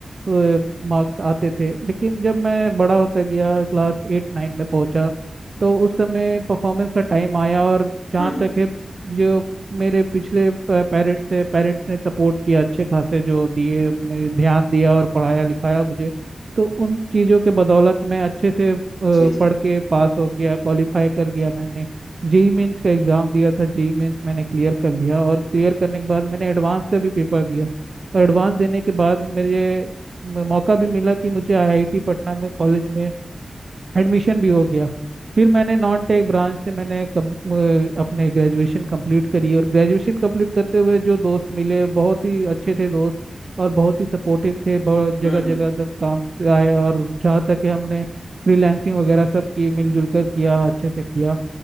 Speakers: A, on the right (about 55°); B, on the left (about 65°).
A: मार्क्स आते थे लेकिन जब मैं बड़ा होता गया क्लास एट नाइन्थ में पहुंचा तो उस समय परफॉर्मेंस का टाइम आया और जहाँ
B: हम्म
A: तक है जो मेरे पिछले पेरेंट्स से पेरेंट्स ने सपोर्ट किया अच्छे खासे जो दिए उनने ध्यान दिया और पढ़ाया लिखाया मुझे तो उन चीज़ों के बदौलत मैं अच्छे से अ, पढ़
B: जी जी
A: के पास हो गया क्वालिफाई कर गया मैंने जेई मेंस का एग्ज़ाम दिया था जेई मेंस मैंने क्लियर कर लिया और क्लियर करने के बाद मैंने एडवांस का भी पेपर दिया और एडवांस देने के बाद मेरे मौका भी मिला कि मुझे आईआईटी पटना में कॉलेज में एडमिशन भी हो गया फिर मैंने नॉन टेक ब्रांच से मैंने कम, अ, अपने ग्रेजुएशन कंप्लीट करी और ग्रेजुएशन कंप्लीट करते हुए जो दोस्त मिले बहुत ही अच्छे थे दोस्त और बहुत ही सपोर्टिव थे बहुत जगह
B: हम्म
A: जगह
B: हम्म
A: एकदम काम से आए और जहाँ तक कि हमने फ्रीलैंसिंग वगैरह सब की मिलजुल कर किया अच्छे से किया